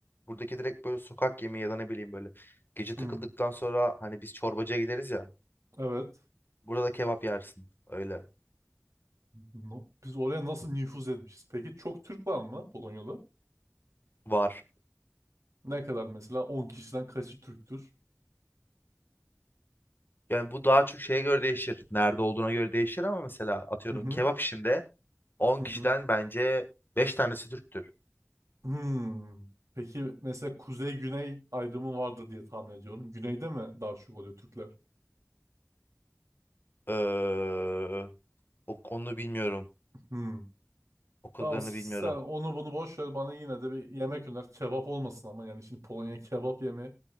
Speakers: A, on the left (about 45°); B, on the right (about 85°).
A: buradaki direkt böyle sokak yemeği ya da ne bileyim böyle gece takıldıktan
B: Hmm,
A: sonra hani biz çorbacıya gideriz ya.
B: evet.
A: Burada da kebap yersin. Öyle.
B: No- Biz oraya nasıl nüfuz etmişiz? Peki çok Türk var mı Polonya'da?
A: Var.
B: Ne kadar mesela? 10 kişiden kaçı Türktür?
A: Yani bu daha çok şeye göre değişir. Nerede olduğuna göre değişir ama mesela atıyorum
B: Hı hı
A: kebap işinde on
B: hı
A: kişiden
B: hı.
A: bence beş tanesi Türktür.
B: Hmm. Peki mesela kuzey-güney ayrımı vardır diye tahmin ediyorum. Güneyde mi daha çok oluyor Türkler?
A: Ee, o- onu bilmiyorum.
B: Hmm.
A: O kadarını
B: Tamam sen
A: bilmiyorum.
B: onu bunu boş ver bana yine de bir yemek öner. Kebap olmasın ama yani şimdi Polonya'ya kebap yemeye